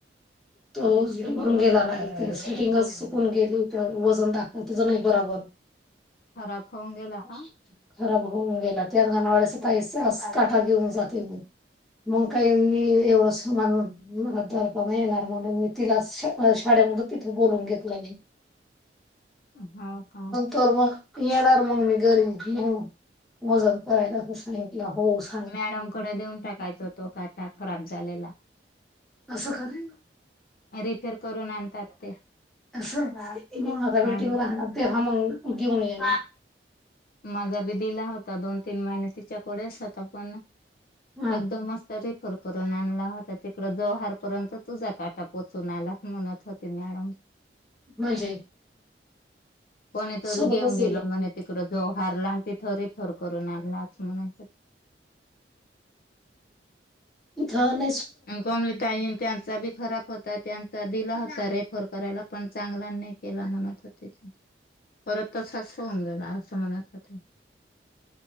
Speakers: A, in the centre; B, on the left.
A: तो सुून गेला नाही स्विटिंगच सुकून गेली त्या वजन दाखत तच नाही बराबर
B: खराब होऊन गेला
A: <unintelligible>
B: का
A: खराब होऊन गेला त्यांगाणावा्याचा तई काठा घेऊन जाते मी मग काही मी एवढं सामान मला द प म येणार म्हणून मी तिला शाळेमध्ये तिथे बोलून घेतलं मी
B: हा का
A: तरोर मग येणार मग म घरी घिऊ वजन पयला तर साित होस
B: मॅडमकडे देऊन टाकायच तो काटा खराब झालेला.
A: असं कराेन
B: रिफेअर करून आणतात ते
A: असं मा
B: हा
A: बेटिंग
B: ना.
A: राणार देहा मग घेऊन ये
B: माझा बी दिला होता दोन तीन महिने तिच्याकडेच होता पण
A: हा
B: एकदमच रिफर करून आणला होता तिकड जवहारपर्यंत तुझा काटा पोचून आला म्हणत होती मॅडम.
A: म्हणजे
B: कोणे तोर
A: सोबतच
B: गेम गेलो म. तिकड जो हारला आणि तिथं रिफर करून आणला अस म्हणाय
A: थान
B: कमलीताईन त्यांचा बी खराब. होता त्यांचा दिला होता रेफर करायला पण चांगला नाही केला म्हणत होते. परत त साक्ष होऊन गेला असं म्हणत का ते